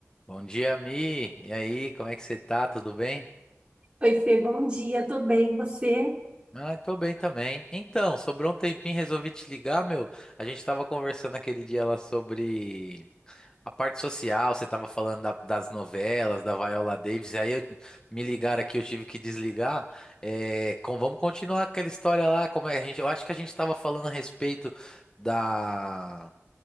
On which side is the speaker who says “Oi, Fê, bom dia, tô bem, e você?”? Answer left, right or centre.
Right